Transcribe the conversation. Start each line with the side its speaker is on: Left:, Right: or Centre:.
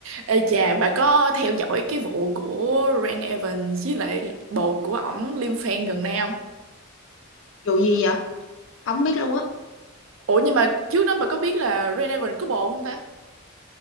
Right: Ê chà, bà có theo dõi cái vụ của Ren Evans với lại bồ của ổng Lim Fan gần đây không?
Left: Vụ gì vậy? Không biết luôn á,
Right: Ủa nhưng mà trước đó bà có biết là Ren Evans có bồ không ta?